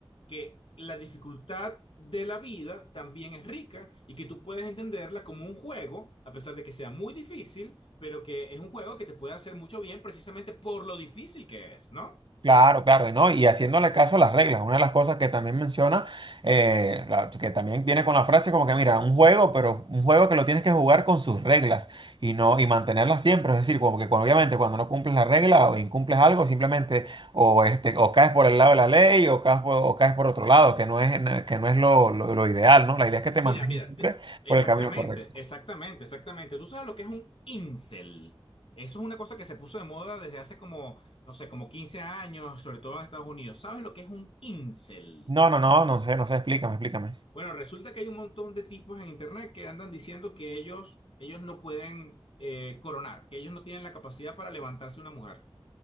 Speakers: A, on the left; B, on the right.
A: que la dificultad de la vida también es rica y que tú puedes entenderla como un juego, a pesar de que sea muy difícil, pero que es un juego que te puede hacer mucho bien precisamente por lo difícil que es, ¿no?
B: Claro, claro, y ¿no? Y haciéndole caso a las reglas, una de las cosas que también menciona, eh, la- que también viene con la frase como que, mira, un juego, pero un juego que lo tienes que jugar con sus reglas y no, y mantenerlas siempre, es decir, como que cuando- obviamente cuando no cumples la regla o incumples algo, simplemente o, este, o caes por el lado de la ley o caes por, o caes por otro lado, que no es, que no es lo, lo- lo ideal, ¿no? La idea es que te
A: Mira,
B: mantengas
A: mira,
B: siempre
A: te- exactamente,
B: por el camino correcto.
A: exactamente, exactamente. ¿Tú sabes lo que es un incel? Eso es una cosa que se puso de moda desde hace como, no sé, como 15 años, sobre todo en Estados Unidos. ¿Sabes lo que es un incel?
B: No, no, no, no sé, no sé, explícame, explícame.
A: Bueno, resulta que hay un montón de tipos en internet que andan diciendo que ellos, ellos no pueden eh, coronar, que ellos no tienen la capacidad para levantarse una mujer.